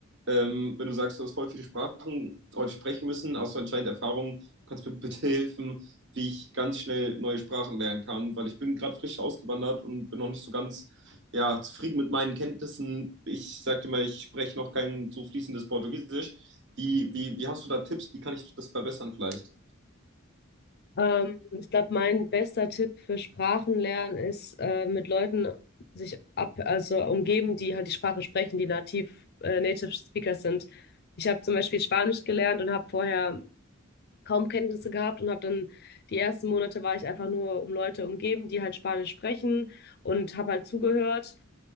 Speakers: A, on the right; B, on the left.
A: Ähm, wenn du sagst, du hast voll viele Sprachen heute sprechen müssen, hast du anscheinend Erfahrung, kannst mir bitte helfen, wie ich ganz schnell neue Sprachen lernen kann, weil ich bin gerade frisch ausgewandert und bin noch nicht so ganz, ja, zufrieden mit meinen Kenntnissen. Ich sagte mal, ich spreche noch kein so fließendes Portugiesisch. Wie, wie, wie hast du da Tipps? Wie kann ich das verbessern vielleicht?
B: Ähm, ich glaube, mein bester Tipp für Sprachenlernen ist, äh, mit Leuten sich ab, also umgeben, die halt die Sprache sprechen, die nativ, äh, Native Speakers sind. Ich habe zum Beispiel Spanisch gelernt und habe vorher kaum Kenntnisse gehabt und habe dann die ersten Monate war ich einfach nur um Leute umgeben, die halt Spanisch sprechen und habe halt zugehört